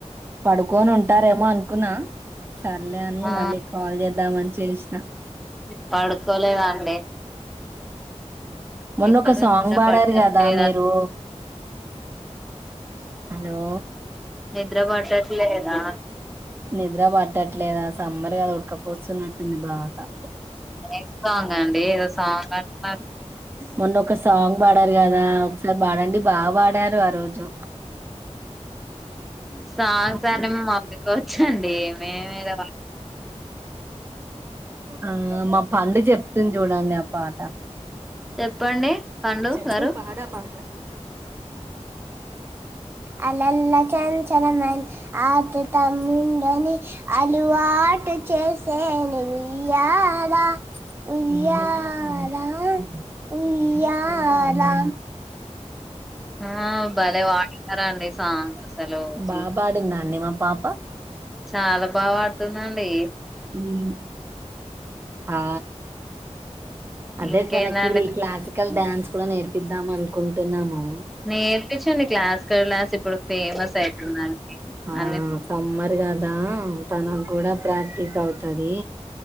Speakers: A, on the right; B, in the centre.
A: పడుకొని ఉంటారేమో అ కునా సర్లే అని
B: ఆ
A: మళ్ళీ కాల్ చే ద్దామని చేసిన
B: పడుకోలేదండి
A: మొన్న
B: ఎక్కడ
A: ఒక సాంగ్
B: నిద్ర
A: పాడారు
B: పట్టట్లేదా
A: కదా మీరు హలో
B: నిద్ర పడట్ లేదా
A: నిద్ర పట్టట్లేదు అసలు సమ్మర్ కదా ఉడకపోస్తున్నట్టుంది బాగా
B: ఏ సాంగ్ అండి ఏదో సాంగ్ అంట
A: మొన్న ఒక సాంగ్ పాడారు కదా ఒకసారి వాడండి బాగా పాడారు ఆ రోజు
B: సాంగ్స్ అన్నీ మా మమ్మకివచ్చండి మేమేద
A: అ ఆ మా పండు చెప్తుంది చూడండి ఆ పాట
B: చెప్పండి పండు
A: చెప్పు
B: గా రు
A: పాడు ఆ పాట అలల్ల చంచలమన్ ఆతతముందని అలవాటు చేసేను ఉయ్యాల ఉయ్యాల ఉయ్యాలా
B: ఆ భలే పాడినవ్ విన్నారండి సాంగ్ అసలు
A: బా
B: సూ
A: పాడిందా అండి మా పాప
B: చాలా బాగపాడుతుందండి.
A: ఉమ్ ఆ అంటే
B: ఇంకేందండి
A: తనకి క్లాసిక్ కల్ డాన్స్ కూడా నేర్పిద్దాం అనుకుంటున్నాము
B: నేర్పించండి క్లాసికల్ డాన్స్ ఇప్పుడు ఫేమస్ అయితుందండి
A: ఆ
B: అన్ని
A: సమ్మర్ కదా తనకు కూడా ప్రాక్టీస్ అవుతది